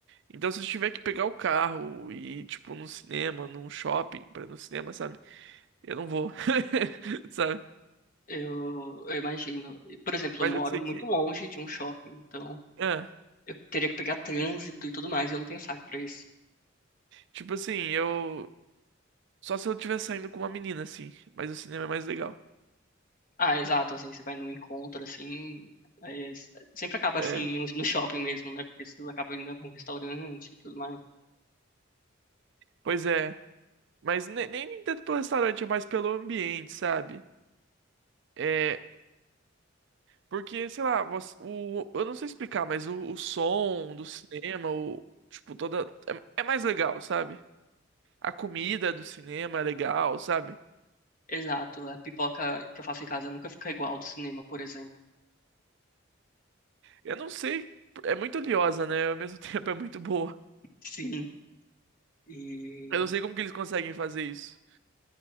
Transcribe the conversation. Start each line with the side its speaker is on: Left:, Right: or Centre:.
Right: Então, se eu tiver que pegar o carro e ir, tipo, num cinema, num shopping, pra ir no cinema, sabe? Eu não vou, <laughs> sabe?
Left: Eu, eu imagino. E, Por exemplo,
Right: Mas
Left: eu moro
Right: eu sei
Left: muito
Right: que.
Left: longe de um shopping, então
Right: Ah,
Left: eu teria que pegar trânsito e tudo mais, e eu não tenho saco pra isso.
Right: tipo assim, eu. Só se eu estiver saindo com uma menina, assim. Mas o cinema é mais legal.
Left: Ah, exato, assim, você vai num encontro, assim, é, s- sempre acaba
Right: É.
Left: assim no no shopping mesmo, né? Porque você acaba indo em algum restaurante e tudo mais.
Right: Pois é. Mas ne- nem, nem tanto pelo restaurante, é mais pelo ambiente, sabe? É, porque, sei lá, você- o, eu não sei explicar, mas o, o som do cinema, o, tipo, toda. É, é mais legal, sabe? A comida do cinema é legal, sabe?
Left: Exato, a pipoca que eu faço em casa nunca fica igual ao do cinema, por exemplo.
Right: Eu não sei, é muito oleosa, né? Ao mesmo <laughs> tempo é muito boa.
Left: Sim. E
Right: Eu não sei como que eles conseguem fazer isso.